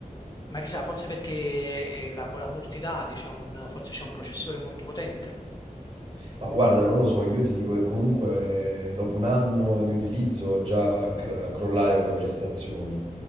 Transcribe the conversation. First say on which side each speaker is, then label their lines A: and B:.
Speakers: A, on the left; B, on the right.
A: ma chissà, forse perché elabora molti dati, c'ha un- forse c'è un processore molto potente.
B: Ma guarda, non lo so, io ti dico che comunque eh, dopo un anno di utilizzo già va a, cr- a crollare come prestazioni.